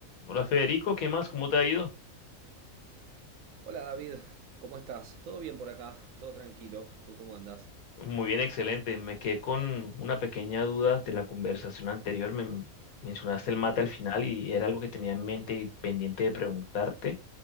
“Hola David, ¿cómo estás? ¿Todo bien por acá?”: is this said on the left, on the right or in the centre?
Right